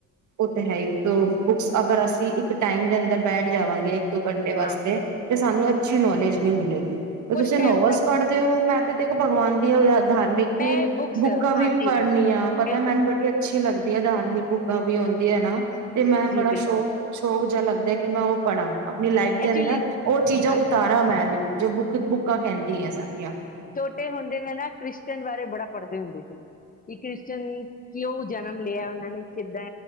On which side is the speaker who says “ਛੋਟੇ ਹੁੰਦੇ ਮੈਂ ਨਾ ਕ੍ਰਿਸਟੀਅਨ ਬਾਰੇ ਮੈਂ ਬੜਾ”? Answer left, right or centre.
Left